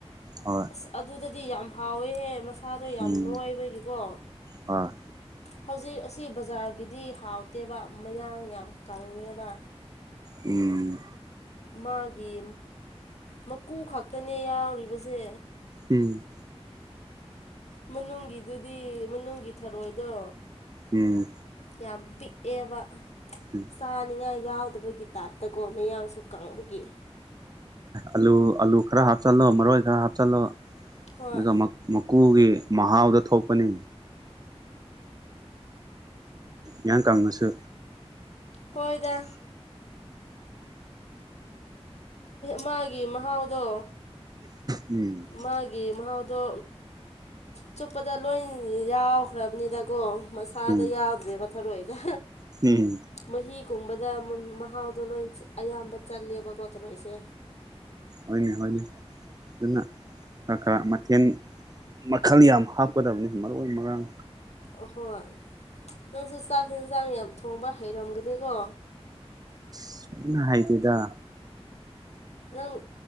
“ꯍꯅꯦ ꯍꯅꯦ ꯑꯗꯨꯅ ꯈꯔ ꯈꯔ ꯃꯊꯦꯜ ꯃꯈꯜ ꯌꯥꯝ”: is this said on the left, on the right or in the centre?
Right